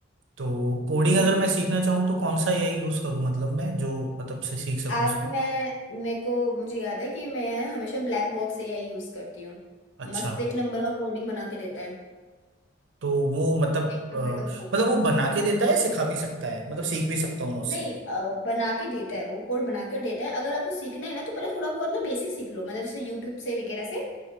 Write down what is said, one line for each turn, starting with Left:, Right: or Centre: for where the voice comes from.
Right: तो कोडिंग
Left: हम्म
Right: अगर मैं सीखना चाहूँ तो कौन सा एआई यूज करूँ मतलब मैं जो मतलब से सीख सकूँ
Left: आप
Right: उस पर
Left: मैं मेरे को मुझे याद है कि मैं हमेशा ब्लैक बॉक्स एआई यूज करती हूँ
Right: अच्छा
Left: मस्त एक नंबर का कोडिंग बना के देता है
Right: तो वो मतलब
Left: एक
Right: अ,
Left: नंबर का
Right: मतलब वो बना के देता है सिखा भी सकता है मतलब सीख भी सकता हूँ मैं उससे
Left: नहीं अ, बना के देता है वो कोड बनाकर देता है अगर आपको सीखना है ना तो पहले थोड़ा बहुत ना बेसिक सीख लो मतलब जैसे यूट्यूब से वगैरह से